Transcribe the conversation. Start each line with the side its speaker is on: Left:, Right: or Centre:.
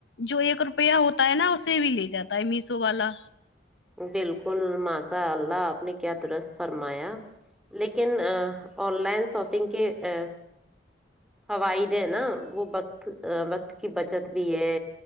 Left: جو ایک روپیہ ہوتا ہے نا اسے بھی لے جاتا ہے میسو والا
Centre: بالکل ماشا اللہ آپ نے کیا درست فرمایا لیکن آن لائن شاپنگ کی آ فوائد ہیں نا وہ وقت وقت کی بچت بھی ہے